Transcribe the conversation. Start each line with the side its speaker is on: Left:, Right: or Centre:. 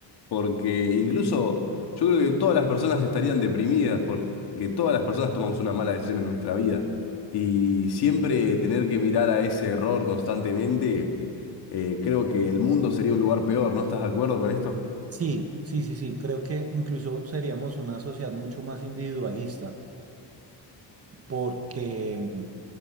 Left: porque incluso yo creo que todas las personas estarían deprimidas, porque todas las personas tomamos una mala decisión en nuestra vida. Y siempre tener que mirar a ese error constantemente, eh, creo que el mundo sería un lugar peor. ¿No estás de acuerdo con esto?
Right: Sí, sí, sí, sí, creo que incluso seríamos una sociedad mucho más individualista. porque mm,